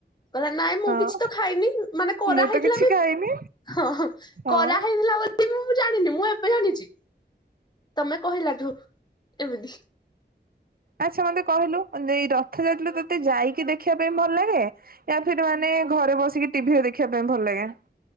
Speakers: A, on the left (about 25°); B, on the right (about 55°).
A: କହିଲା ନାଇଁ ମୁଁ
B: ହଁ
A: କିଛି ତ ଖାଇନି ମାନେ କରାହେଇଥିଲା
B: ମୁଁ ତ କିଛି
A: ବି
B: ଖାଇନି
A: ହଁ ହଁ
B: ହଁ।
A: କରା ମୁ ଜାଣିନି ମୁଁ ଏବେ ଜାଣିଛି ତମେ କହିଲା ଠୁ ଏମିତି।
B: ଆଚ୍ଛା ମତେ କହିଲୁ ଏଇ ରଥ ଯାତ୍ରା ତୋତେ ଯାଇକି ଦେଖିବା ପାଇଁ ଭଲ ଲାଗେ। ୟା ଫିର ମାନେ ଘରେ ବସିକି ଟିଭିରେ ଦେଖିବା ପାଇଁ ଭଲ ଲାଗେ।